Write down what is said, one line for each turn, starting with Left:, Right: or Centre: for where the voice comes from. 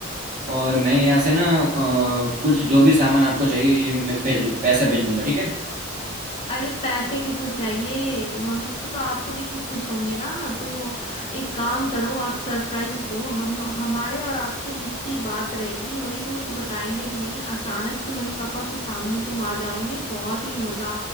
Right: और मैं यहाँ से ना अ, कुछ जो भी सामान आपको चाहिए ये मैं भेज दूंगा पैसा भेज दूंगा ठीक है
Left: अरे पैसे किसको चाहिए मम्मी पापा तो आपको देख के खुश होंगे ना तो एक काम करो आप सरप्राइज दो हम हमारे और आपके बीच की बात रहेगी मम्मी पापा को बताएंगे भी नहीं अचानक से मम्मी पापा के सामने तुम आ जाओगे बहुत ही मजा